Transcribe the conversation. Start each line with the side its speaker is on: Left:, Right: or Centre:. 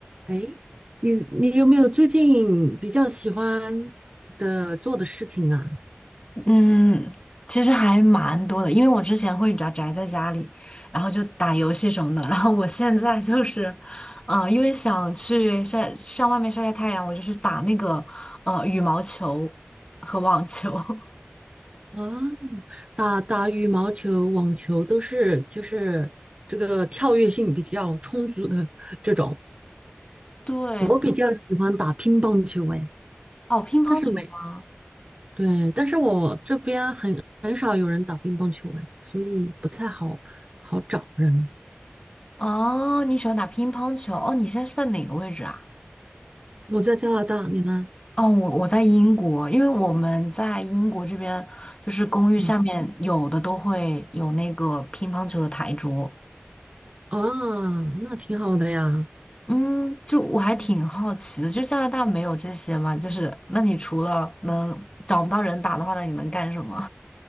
Right: 哎，你你有没有最近比较喜欢的做的事情啊？
Left: 嗯，其实还蛮多的，因为我之前会比较宅在家里，然后就打游戏什么的。<laughs> 然后我现在就是，呃，因为想去晒上外面晒晒太阳，我就去打那个呃羽毛球和网球。<laughs>
Right: 啊，打打羽毛球、网球都是就是这个跳跃性比较充足的这种。
Left: 对，
Right: 我比较喜欢打乒乓球，哎，
Left: 哦，乒乓球吗？
Right: 但是没，对，但是我这边很很少有人打乒乓球，哎，所以不太好好找人。
Left: 哦，你喜欢打乒乓球？哦，你现在是在哪个位置啊？
Right: 我在加拿大，你呢？
Left: 哦，我我在英国，因为我们在英国这边就是公寓下面有的都会有那个乒乓球的台桌。
Right: 嗯，啊，那挺好的呀。
Left: 嗯，就我还挺好奇的，就加拿大没有这些吗？就是那你除了能找不到人打的话，那你能干什么？